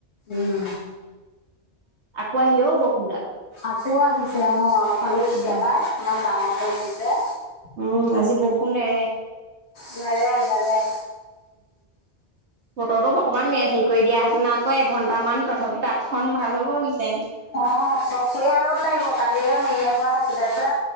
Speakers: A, on the left; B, on the right.
A: উম
B: আকৌ আহিলেও বৰষুণ তাত
A: আকৌ আহিছে অ আমাৰ ফালেও দিছে
B: উম।
A: পাই ইমান ডাঙকে দিছে।
B: উম আজি বৰষুণ নেৰে।
A: নেৰে নেৰে।
B: বতৰটো অকণমান হেৰি কৰি দিয়া হেঁতেন আকৌ এঘন্টামান তথাপি তাঁতখন ভাল হৈ গলেঁতেন
A: অ খ খৰিয়া ৰদ লাগিব কালিয়ে মেৰিয়াই থোৱা থাকিলে যে।